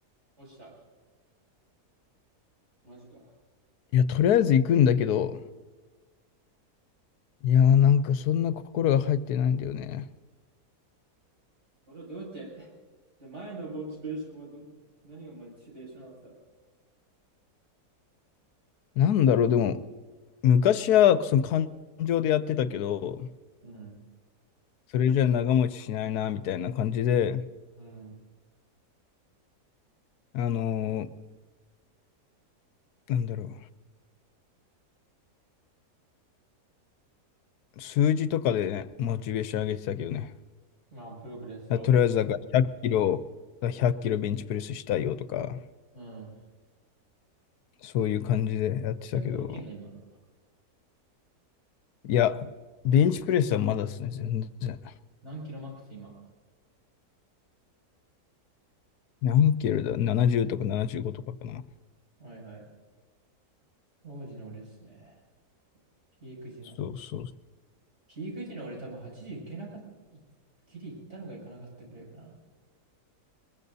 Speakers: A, on the right; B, on the left.
A: 落ちた。マジか。
B: いや、とりあえず行くんだけど、いやーなんかそんな心が入ってないんだよね。
A: 俺はどうやって、じゃあ前のモチベーションはど、何がモチベーションだった
B: なんだろう、でも、昔はその感情でやってたけど、
A: うん。
B: それじゃ長持ちしないな、みたいな感じで、
A: うん。
B: あのーなんだろう、数字とかでね、モチベーション上げてたけどね。
A: まあ、プログレスを。
B: だとりあえず、だから100キロ、100キロベンチプレスしたいよとか、
A: うん。
B: そういう感じでやってたけど、
A: 100キロいけんの、今。
B: いや、ベンチプレスはまだですね、全然。
A: 何キロマックス、今。
B: 何キロだ ?70 とか75とかかな。
A: はいはい。当時のレースね。ピーク時の。
B: そうそう
A: ピーク時の俺多分8時いけなかった、いギリ行ったのがいかなかったくらいかな。